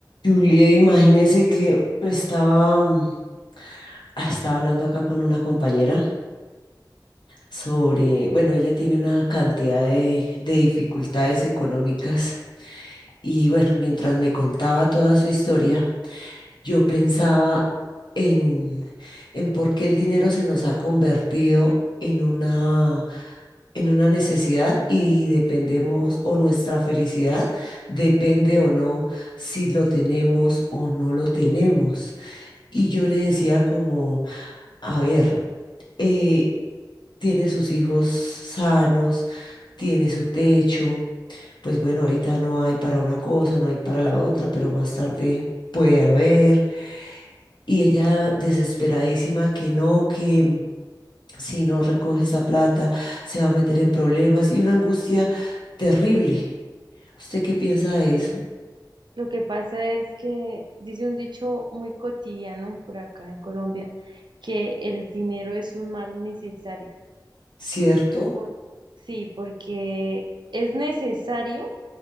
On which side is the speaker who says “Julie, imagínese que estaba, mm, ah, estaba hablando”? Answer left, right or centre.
Left